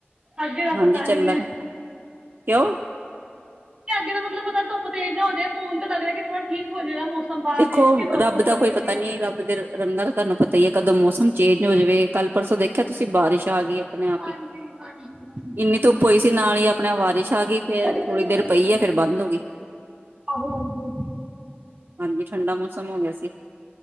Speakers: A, on the right; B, on the right.
A: ਅੱਗੇ ਦਾ
B: ਹਾਂਜੀ
A: ਪਤਾ
B: ਚੱਲਣਾ
A: ਨੀ
B: ਹੈ, ਕਿਓਂ?
A: ਐ ਅੱਗੇੇ ਦਾ ਮਤਲਬ ਪਤੈ ਧੁੱਪ ਤੇਜ਼ ਨਾ ਹੋਜੇ, ਮੂੰਨ ਤੋ ਲੱਗ ਰੈ ਕਿ ਥੋੜਾ ਠੀਕ ਹੋ ਜੇਗਾ ਮੌਸਮ। ਬਾਹਰ
B: ਦੇਖੋ
A: ਦੇਖ ਕੇ ਧੁੱਪ
B: ਰੱਬ
A: ਹੌਲੀ
B: ਦਾ ਕੋਈ
A: ਹੋ
B: ਪਤਾ
A: ਗਈ ਹੈ
B: ਨੀ ਰੱਬ ਦੇ ਰੰਗਾਂ ਦਾ ਤਾਨੂੰ ਪਤਾ ਈ ਐ ਕਦੋਂ ਮੌਸਮ ਚੇਂਜ ਹੋ ਜਵੇ ਕੱਲ ਪਰਸੋਂ ਦੇਖਿਆ ਤੁਸੀਂ, ਬਾਰਿਸ਼ ਆਗੀ ਐ। ਅਪਣੇ ਆਪ
A: ਹਾਂਜੀ
B: ਈ,
A: ਹਾਂਜੀ ਹਾਂਜੀ
B: ਇੰਨੀ ਧੁੱਪ ਹੋਈ ਸੀ ਨਾਲ ਈ ਅਪ ਅਪਣਾ ਵਾਰਿਸ਼ ਆ ਗਈ ਫੇਰ
A: ਕਦੀ ਕੰਮ
B: ਥੋੜ੍ਹੀ
A: ਬਾਰਿਸ਼
B: ਦੇਰ ਪਈ
A: ਹੋ
B: ਐ
A: ਗਈ
B: ਫੇਰ
A: ਸੀ।
B: ਬੰਦ ਹੋਗੀ।
A: ਆਹੋ ਆਹੋ।
B: ਵੀ ਠੰਡਾ ਮੌਸਮ ਹੋ ਗਿਆ ਸੀ।